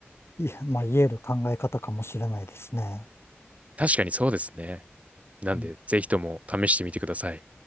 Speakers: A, on the left; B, on the right.
A: いや、まあ、言える考え方かもしれないですね。
B: 確かにそうですね。なんで、
A: うん
B: ぜひとも試してみてください。